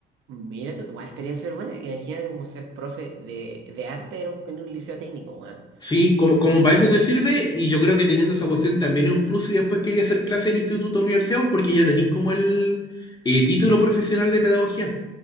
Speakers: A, on the right; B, on the left.
A: mira tú, igual estaría ser bueno, imagina como ser profe de, de arte en un, en un liceo técnico, weón.
B: Sí, como, como para eso te sirve, y yo creo que teniendo esa cuestión también es un plus si después quería hacer clase en instituto o universidad, porque ya tenéis como el eh, título profesional de pedagogía.